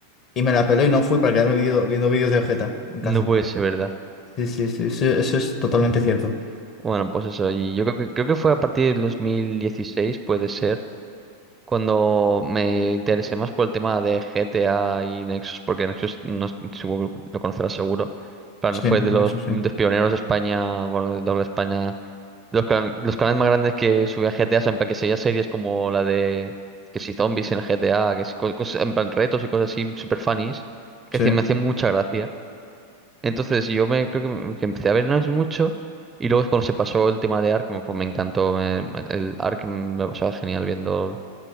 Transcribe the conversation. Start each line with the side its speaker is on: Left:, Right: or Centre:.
Left: y me la peló y no fui para quedarme vídeo- viendo vídeos de Vegeta en casa.
Right: No puede ser verdad.
Left: Sí, sí, sí, sí, eso es totalmente
Right: <laughs>
Left: cierto.
Right: Bueno, pues eso, y yo creo que, creo que fue a partir del 2016, puede ser, Cuando me interesé más por el tema de GTA y Nexus, porque Nexus no, es- supongo que lo conocerás seguro, plan,
Left: Sí,
Right: fue de los,
Left: eso sí,
Right: de los pioneros de España, bueno, de doble España, de los, can- los canales más grandes que subían GTA, en plan que seguía series como la de que si zombies en el GTA, que si co- cosas, en plan retos y cosas así super funnies, que
Left: sí.
Right: decir, me hacían mucha gracia. Entonces yo me creo que, me- que empecé a ver Nexus mucho y luego es cuando se pasó el tema de Ark, me- pues me encantó, me- me- el Ark me lo pasaba genial viendo